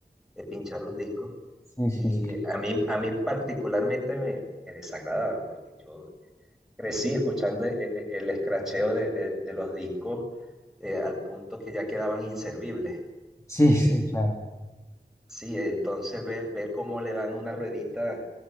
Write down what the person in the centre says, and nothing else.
de pinchar los discos.
Y
a mí, a mí particularmente me, me desagradaba porque yo crecí escuchando e- e- el, escracheo de, de- de los discos eh, al punto que ya quedaban inservibles
Sí, entonces ver, ver cómo le dan una ruedita